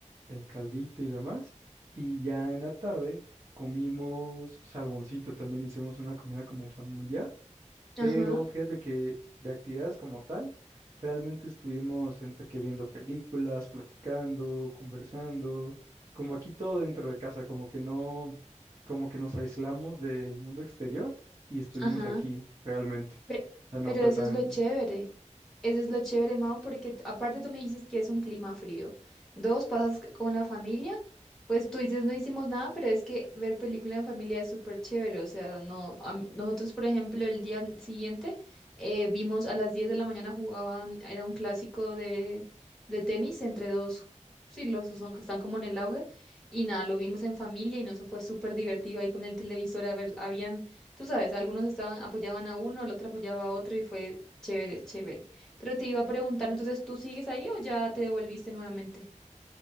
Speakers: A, on the right; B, in the centre.
A: el caldito y demás. Y ya en la tarde comimos salmoncito, también hicimos una comida como familiar
B: Ajá,
A: pero fíjate que de actividades como tal, realmente estuvimos entre que viendo películas, platicando, conversando, como aquí todo dentro de casa, como que no, como que nos aislamos del mundo exterior y estuvimos
B: ajá.
A: aquí realmente.
B: Pe-
A: O sea, no
B: Pero,
A: fue
B: eso
A: tan,
B: es lo chévere. Eso es lo chévere, Mao, porque t- aparte tú me dices que es un clima frío. Dos, pasas c- con la familia, pues tú dices no hicimos nada, pero es que ver película en familia es súper chévere. O sea, no, a mí- nosotros, por ejemplo, el día siguiente eh, vimos a las 10 de la mañana jugaban, era un clásico de, de tenis entre dos, sí, los dos son que están como en el auge. Y nada, lo vimos en familia y no, eso fue súper divertido ahí con el televisor. A ver, habían, tú sabes, algunos estaban, apoyaban a uno, el otro apoyaba a otro y fue chévere, chévere. Pero te iba a preguntar, entonces, ¿tú sigues ahí o ya te devolviste nuevamente?